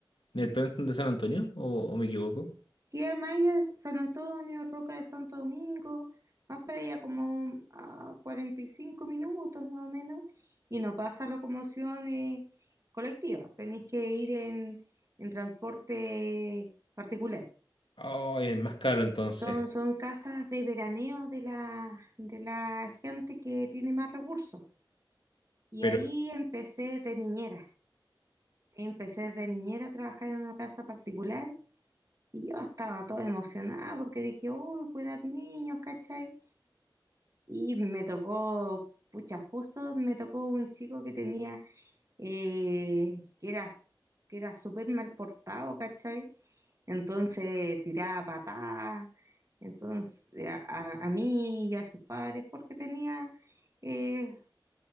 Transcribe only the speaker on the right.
queda más allá de San Antonio, Roca de Santo Domingo, más para allá como a 45 minutos más o menos, y no pasa locomoción eh, colectiva, tenéis que ir en, en transporte particular.
Son, son casas de veraneo de la, de la gente que tiene más recursos. Y
ahí empecé de niñera. Empecé de niñera a trabajar en una casa particular y yo estaba toda emocionada porque dije, uy, cuidar niños, ¿cachai? Y me tocó, pucha, justo me tocó un chico que tenía, eh, que era, que era súper mal portado, ¿cachai? Entonces tiraba patadas, entonces eh, a, a- a mí y a sus padres porque tenía eh,